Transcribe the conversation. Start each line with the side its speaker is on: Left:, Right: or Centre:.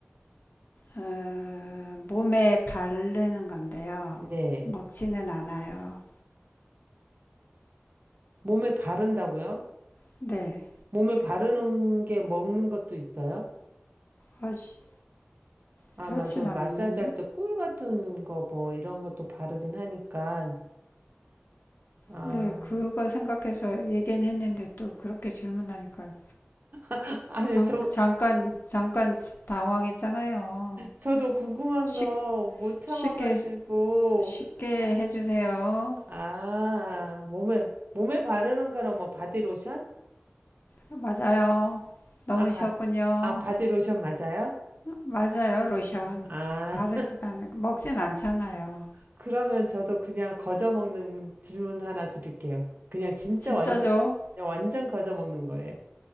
Left: 어, 몸에 바르는 건데요.
Right: 네.
Left: 먹지는 않아요.
Right: 몸에 바른다고요?
Left: 네.
Right: 몸에 바르는 게 먹는 것도 있어요?
Left: 아, 씨,
Right: 아,
Left: 그렇진
Right: 맞아. 마사지
Left: 않,
Right: 할 때 꿀 같은 거 뭐 이런 것도 바르긴 하니까. 아,
Left: 네, 그거 생각해서 얘기는 했는데 또 그렇게 질문하니까
Right: <laughs> 아니,
Left: 잠,
Right: 저,
Left: 잠깐, 잠깐 당황했잖아요.
Right: 저도 궁금한
Left: 쉽,
Right: 거 못 참아가지고.
Left: 쉽게, 쉽게 해주세요.
Right: 아, 몸에, 몸에 바르는 거라 뭐 바디로션?
Left: 맞아요. 너무
Right: 아, 바,
Left: 쉬웠군요.
Right: 아, 바디로션 맞아요?
Left: 맞아요, 로션.
Right: 어, 아.
Left: 바르지만 먹진 않잖아요.
Right: 그러면 저도 그냥 거저먹는 질문 하나 드릴게요. 그냥 진짜
Left: 진짜죠?
Right: 완전, 그냥 완전 거저먹는 거예요.